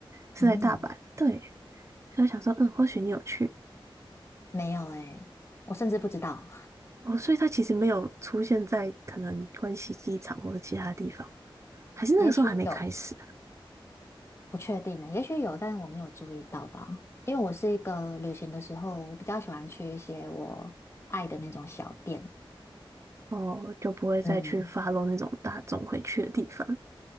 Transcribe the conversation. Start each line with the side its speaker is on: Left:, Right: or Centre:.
Right: 是在大阪，
Left: 嗯，
Right: 对，所以我想说，嗯，或许你有去。
Left: 没有诶，我甚至不知道，
Right: 哦，所以它其实没有出现在可能关西机场或者其他地方，还是那个时候还没开始啊
Left: <laughs> 也许有。不确定呢，也许有，但是我没有注意到吧。因为我是一个旅行的时候，我比较喜欢去一些我爱的那种小店。
Right: 哦，就不会再去发
Left: 嗯
Right: o 那种大众会去的地方。